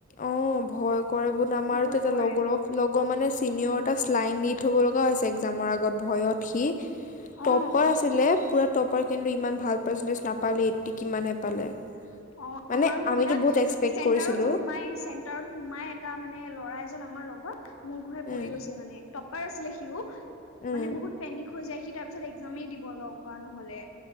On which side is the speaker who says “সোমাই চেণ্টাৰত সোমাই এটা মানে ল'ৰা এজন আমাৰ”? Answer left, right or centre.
Left